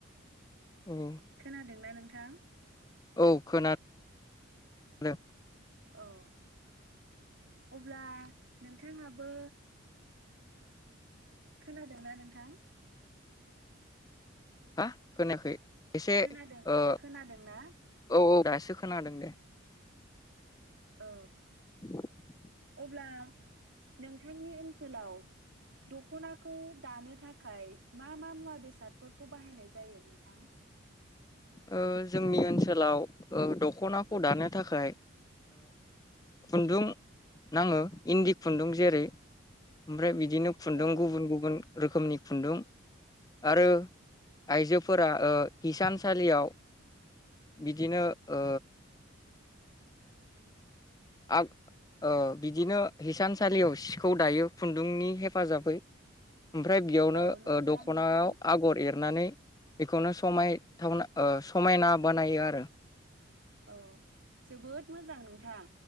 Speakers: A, on the left; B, on the right.
A: औ
B: खोनादोंना नों? थां।
A: औ खोना दों।
B: औ अब्ला नोंथाङाबो खोनादोंना नोंथां।
A: हा खोनायाखै। एसे
B: खोनादों
A: ओ
B: खोनादोंना
A: औ औ। दासो खोनादों दे।
B: औ।
A: <inaudible>
B: अब्ला नोंथांनि ओनसोलाव दख'नाखौ दानो थाखाय मा मा मुवा बेसादफोरखौ बाहायनाय जायो नोंथां।
A: ओ जोंनि ओनसोलाव दख'नाखौ दानो थाखाय खुन्दुं नाङो इन्दि खुन्दुं जेरै ओमफ्राय बिदि बिदिनो खुन्दुं
B: औ
A: गुबुन गुबुन रोखोमनि खुन्दुं आरो आइजोफोरा ओ हिसान सालियाव बिदिनो ओ आ ओ बिदिनो हिसानसालियाव सिखौ दायो खुन्दुंनि हेफाजाबै ओमफ्राय बेयावनो
B: औ नंगौना
A: दखनायाव
B: नोंथां
A: आगर एर सारनानै बेखौनो समायथावना समायना बानायो आरो।
B: औ जोबोद मोजां नोंथां।